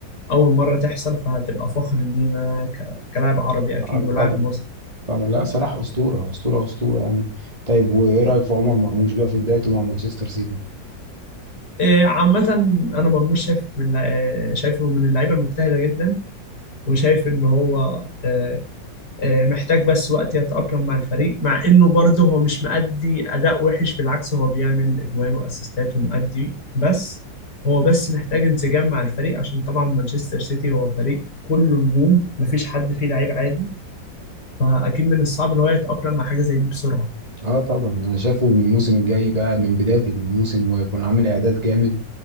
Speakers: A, on the left; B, on the right.
A: أول مرة تحصل فهتبقى فخر لينا ك- كلاعب عربي أكيد
B: آه
A: ولاعب
B: طبعا
A: مصري
B: طبعا لا صلاح اسطوره اسطوره اسطوره يعني طيب وايه رايك في عمر مرموش بقى في بدايته مع مانشستر سيتي
A: آه، عامة أنا مرموش شايف من آه، شايفه من اللعيبة المجتهدة جدا وشايف إن هو آه، آه، محتاج بس وقت يتأقلم مع الفريق مع انه برضه هو مش مأدي اداء وحش بالعكس هو بيعمل اجوان واسيستات ومأدي بس هو بس محتاج انسجام مع الفريق عشان طبعا مانشستر سيتي هو فريق كله نجوم مفيش حد فيه لعيب عادي فاكيد من الصعب ان هو يتأقلم مع حاجة زي دي بسرعة
B: اه طبعا انا شايفه الموسم الجاي بقى من بدايه الموسم ويكون عامل اعداد جامد